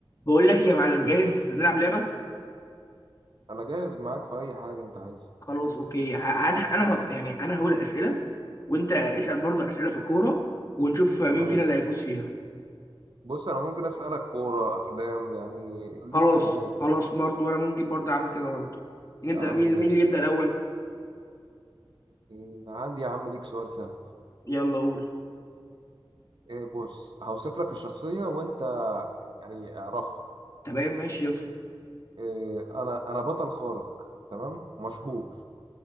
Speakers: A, on the left; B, on the right.
A: بقول لك ايه يا معلم جاهز نلعب لعبه
B: انا جاهز معاك في اي حاجه انت عايزها
A: خلاص اوكي ه- انا انا ه- يعني انا هقول اسئله وانت اسال برضه اسئله في الكوره ونشوف مين
B: تمام
A: فينا اللي هيفوز فيها
B: بص انا ممكن اسالك كوره افلام يعني اللي
A: خلاص
B: يجي في دماغي
A: خلاص برضه وانا ممكن برضه اعمل كده برضه نبدا
B: يا عم
A: مين
B: ماشي
A: مين اللي يبدا الاول
B: إيه، عندي يا عم ليك سؤال سهل
A: يلا قول
B: إيه بص هوصف لك الشخصيه وانت يعني اعرفها
A: تمام ماشي يلا
B: إيه انا انا بطل خارق تمام مشهور